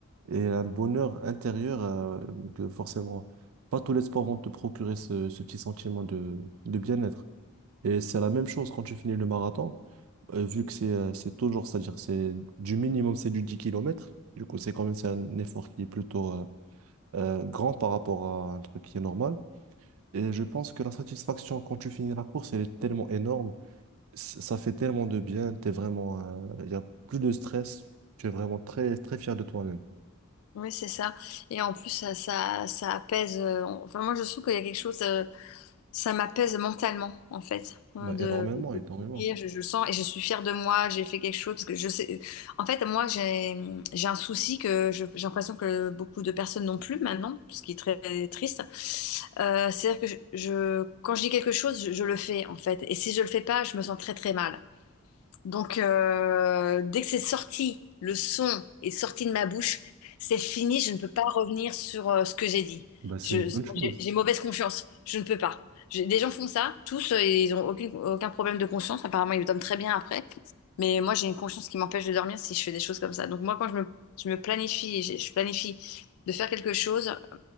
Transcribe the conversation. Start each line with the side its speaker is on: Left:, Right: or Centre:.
Right: et un bonheur intérieur euh, que forcément, pas tous les sports vont te procurer ce, ce petit sentiment de, de bien-être. Et c'est la même chose quand tu finis le marathon, euh, vu que c'est euh, c'est toujours, c'est-à-dire c'est du minimum, c'est du dix kilomètres Du coup, c'est quand même c'est un effort qui est plutôt euh, euh, grand par rapport à un truc qui est normal. Et je pense que la satisfaction quand tu finis la course, elle est tellement énorme. C- Ça fait tellement de bien. T'es vraiment, il n'y a plus de stress. Tu es vraiment très, très fier de toi-même.
Left: Oui, c'est ça. Et en plus, ça, ça, ça apaise. euh, on- Enfin, moi, je trouve qu'il y a quelque chose, euh, ça m'apaise mentalement, en fait, euh,
Right: Bah, énormément, énormément.
Left: sourire, je, je le sens et je suis fière de moi, j'ai fait quelque chose parce que je sais. En fait, moi, j'ai j'ai un souci que je- j'ai l'impression que beaucoup de personnes n'ont plus maintenant, ce qui est très triste. Euh, c'est-à-dire que je, je- quand je dis quelque chose, je, je le fais en fait. Et si je le fais pas, je me sens très très mal. Donc, euh, dès que c'est sorti, le son est sorti de ma bouche, c'est fini, je ne peux pas revenir sur euh, ce que j'ai dit.
Right: Bah, c'est
Left: Je-
Right: une bonne
Left: j'ai
Right: chose.
Left: j'ai mauvaise conscience, je ne peux pas. J'ai- Des gens font ça, tous, euh, et ils n'ont aucune, aucun problème de conscience, apparemment ils dorment très bien après. Mais moi j'ai une conscience qui m'empêche de dormir si je fais des choses comme ça. Donc moi quand je me, je me planifie, et j'ai- je planifie de faire quelque chose,